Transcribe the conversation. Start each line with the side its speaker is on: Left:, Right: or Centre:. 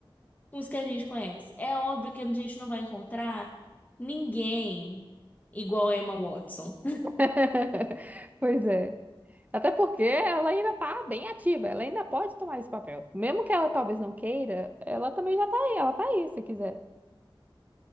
Left: com os que a gente conhece. É óbvio que a gente não vai encontrar ninguém igual a Emma Watson.
Right: <laughs> Pois é. Até porque ela ainda tá bem ativa, ela ainda pode tomar esse papel. Mesmo que ela talvez não queira, ela também já tá aí, ela tá aí se quiser.